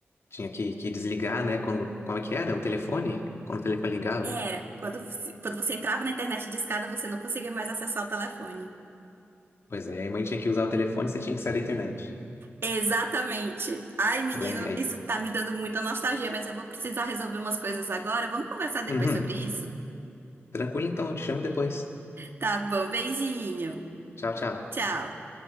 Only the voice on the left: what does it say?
tinha que, que desligar, né? Quando, como é que era? O telefone? Quando o telefone ligava?
Pois é, aí a mãe tinha que usar o telefone, você tinha que sair da internet.
Lembrei.
Uhum.
Tranquilo então, eu te chamo depois.
Tchau, tchau.